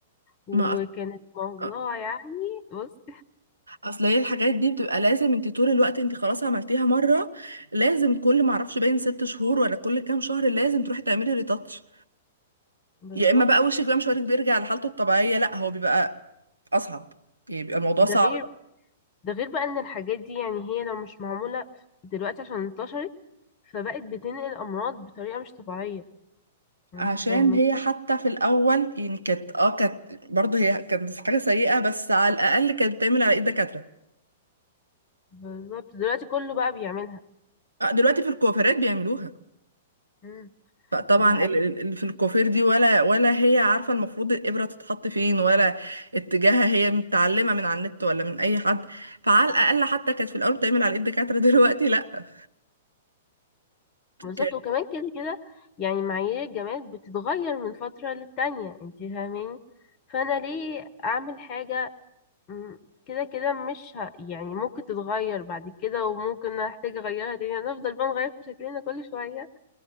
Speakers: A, on the left; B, on the right.
A: وكانت
B: ما
A: والله
B: آه،
A: يعني بص
B: اصل هي الحاجات دي بتبقى لازم انت طول الوقت انت خلاص عملتيها مرة لازم كل ما اعرفش باين ست شهور ولا كل كام شهر لازم تروحي تعملي ريتاتش
A: بالظبط
B: يا اما بقى وشك بقى مش وارد بيرجع لحالته الطبيعيه لا هو بيبقى اصعب يعني بيبقى الموضوع
A: ده
B: صعب
A: غير
B: بقى
A: ده غير بقى ان الحاجات دي يعني هي لو مش معمولة دلوقتي عشان انتشرت فبقت بتنقل امراض بطريقة مش طبيعية انت
B: عشان
A: فاهمة
B: هي حتى في الاول يعني كانت اه كانت برضه هي كانت حاجه سيئه بس على الاقل كانت بتعمل على ايد دكاتره
A: بالظبط دلوقتي كله بقى بيعملها
B: آه، دلوقتي في الكوافيرات بيعملوها
A: مم.
B: فطبعا
A: دي حقيقة
B: ال- ال- ال- في الكوافير دي ولا ولا هي عارفه المفروض الابره تتحط فين ولا اتجاهها هي متعلمه من على النت ولا من اي حد فعلى الاقل حتى كانت في الاول بتعمل على ايد دكاتره <laughs> دلوقتي لا
A: بالظبط
B: كان
A: وكمان كده كده يعني معايير الجمال بتتغير من فترة للتانية انت فاهماني فانا ليه اعمل حاجة مم. كده كده مش ه... يعني ممكن تتغير بعد كده وممكن احتاج اغيرها تاني يعني هنفضل بقى نغير في شكلنا كل شوية